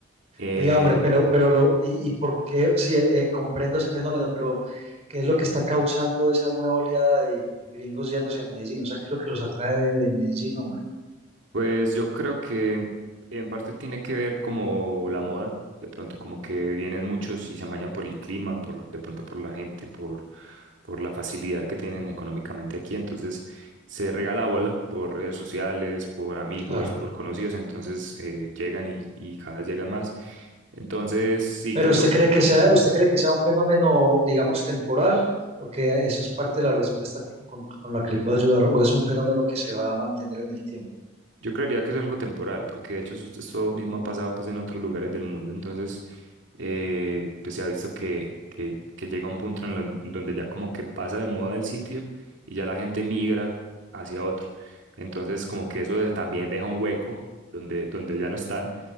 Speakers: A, on the right; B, on the right.
A: Eh,
B: Oiga, hombre, pero, pero lo, y, y por qué, sí, eh, comprendo ese fenómeno, pero ¿qué es lo que está causando esa nueva oleada de, de gringos yéndose a Medellín? O sea, ¿qué es lo que los atrae de de Medellín, hombre?
A: Pues yo creo que en parte tiene que ver como la moda, de pronto como que vienen muchos y se amañan por el clima, por de pronto por la gente, por por la facilidad que tienen económicamente aquí, entonces se regala bola por redes sociales, por amigos,
B: Claro.
A: por conocidos, entonces eh, llegan y, y cada vez llegan más. Entonces, sí,
B: Pero
A: creo
B: usted
A: que
B: cree que sea, usted cree que sea un fenómeno, digamos, temporal, porque eso es parte de la respuesta que- con, con la que le puedo ayudar, o es un fenómeno que se va a mantener en el tiempo.
A: Yo creería que es algo temporal, porque de hecho eso- esto mismo ha pasado pues en otros lugares del mundo, entonces eh, pues se ha visto que, que, que llega un punto en lo- donde ya como que pasa de moda el sitio y ya la gente migra hacia otro. Entonces como que eso de- también deja un hueco donde, donde ya no están